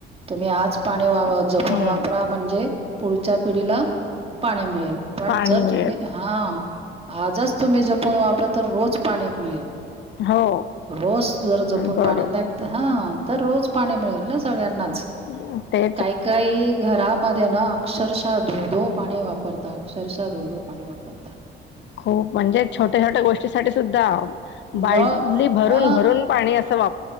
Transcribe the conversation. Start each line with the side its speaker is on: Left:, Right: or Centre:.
Right: तुम्ही आज वावं जपून
Left: हम्म
Right: वापरा म्हणजे पुढ पुढच्या पिढीला पाणी मिळेल... पण
Left: पाणी
Right: जर
Left: मिळेल
Right: तुम्ही... हा आजच तुम्ही जपून वापरलं तर रोज पाणी मिळेल
Left: हो.
Right: रोज जर जपून
Left: बरोबर
Right: पाणी नाही तर हा तर रोज पाणी मिळेल ना सगळ्यांना
Left: ह... ते
Right: कायी काही घरामध्ये ना अक्षरशः धोधो पाणी वापरता अक्षरशः धोधो पाणी वापरता
Left: खूप म्हणजे छोट्या छोट्या गोष्टीसाठी सुद्धा... बादली
Right: न
Left: भरून
Right: हा
Left: भरून पाणी अस